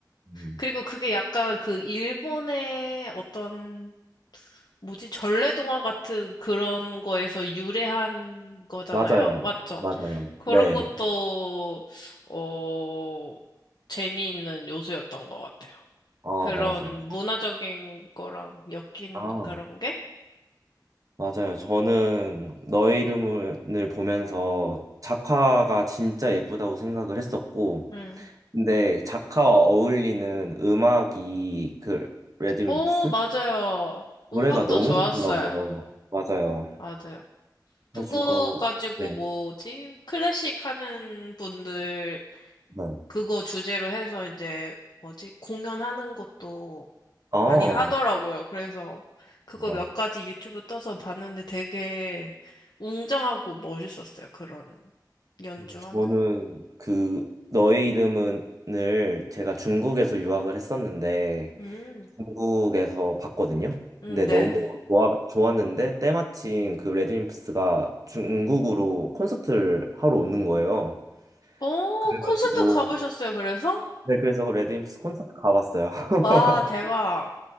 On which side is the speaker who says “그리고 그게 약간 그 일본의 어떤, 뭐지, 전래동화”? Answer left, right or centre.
Left